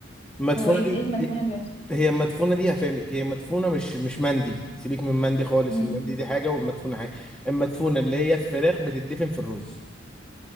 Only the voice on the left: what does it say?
هو ايه
ايه المسجونة دي اصلا
امم